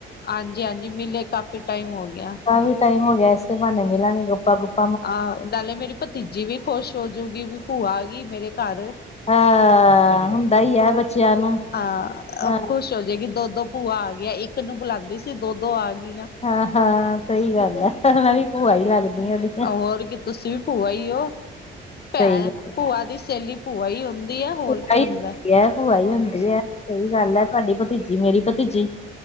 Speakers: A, on the left (about 55°); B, on the left (about 30°).
A: ਆਜੀ-ਹਾਜੀ ਮਿਲੇ ਕਾਫੀ ਟਾਈਮ ਹੋ ਗਿਆ।
B: ਕਾਫ਼ੀ ਟਾਈਮ ਹੋ ਗਿਆ ਐਸੇ, ਬਹਾਨੇ ਮਿਲਾਂਗੇ ਗੁਪਾ- ਗੁਪਾ
A: ਆਹੋ ਨਾਲੇ ਮੇਰੀ ਭਤੀਜੀ ਵੀ ਖੁਸ਼ ਹੋਜੂਗੀ ਵੀ ਭੂਆ ਆ ਗਈ ਮੇਰੇ ਘਰ।
B: ਹਾਂ ਹੁੰਦਾ ਹੀ ਹੈ ਬੱਚਿਆਂ ਨੂੰ
A: ਹਾਂ
B: ਹਾਂ
A: ਅ ਖੁਸ਼ ਹੋ ਜਾਏਗੀ ਦੋ-ਦੋ ਭੂਆ ਆ ਗਿਆ ਇੱਕ ਨੂੰ ਬੁਲਾਦੀ ਸੀ ਦੋ-ਦੋ ਆ ਗਈਆਂ।
B: ਹਾਂ-ਹਾਂ ਸਹੀ ਗੱਲ ਐ। ਮੈ ਵੀ ਭੂਆ ਲੱਗਦੀਆਂ ਈਦੀ।
A: ਹੋਰ ਕੀ ਤੁਸੀਂ ਵੀ ਭੂਆ ਈਓ, ਭੈ
B: ਸਹੀ ਗੱਲ
A: ਭੂਆ ਦੀ ਸਹੇਲੀ ਭੂਆ ਈ ਹੁੰ ਦੀ ਐ, ਹੋਰ
B: ਭੂਆ
A: ਕੀ
B: ਹੀ
A: ਹੁੰਦਾ
B: ਹੁੰਦੀ
A: ਐ।
B: ਹੈ ਭੂਆ ਹੀ ਹੁੰਦੀ ਐ, ਸਹੀ ਗੱਲ ਐ, ਤੁਹਾਡੀ ਭਤੀਜੀ ਮੇਰੀ ਭਤੀਜੀ